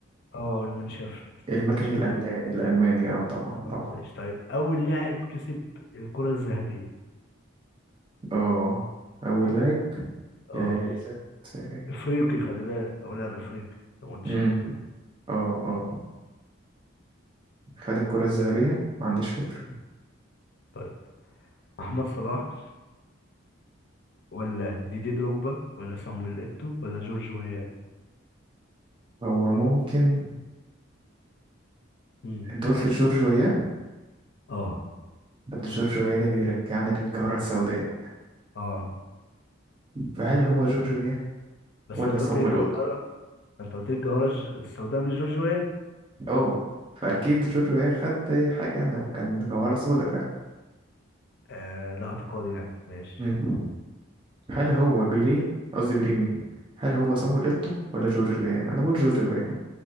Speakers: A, on the left; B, on the right.
A: اه المانشافت
B: المكن
A: المانشافت
B: الأل... الالماني اه طبعا
A: اه
B: طبعا
A: ماشي طيب اول لاعب كسب الكره الذهبيه
B: اه اول لاعب
A: اه
B: جايزة آه،
A: افريقي خلي بالك او لاعب افريقي ما قلتش
B: امم
A: النقطه دي
B: اه اه خد الكرة الذهبية ما عنديش فكرة
A: آه. طيب محمد صلاح ولا ديدي دروجبا ولا صامويل ايتو ولا جورج ويا
B: هو ممكن
A: مم،
B: انت
A: معاك
B: قلت جورج
A: براحتك
B: وياه
A: اه
B: طب جورج وياه ده بيرجعنا للجارة السوداء
A: اه
B: فهل هو جورج وياه
A: بس
B: ولا
A: انت
B: صامويل
A: قلت لي الجوهرة
B: اوتو
A: انت قلت لي الجوهرة ج- السوداء مش جورج ويا
B: اه فاكيد جورجو خد حاجه يعني وكان جوهره سودا فعلا
A: آه ده اعتقادي يعني ماشي
B: مم. هل هو بيليه قصدي بيليه مين هل هو صامويل اوتو ولا جورجو ايه انا بقول جورجو ايه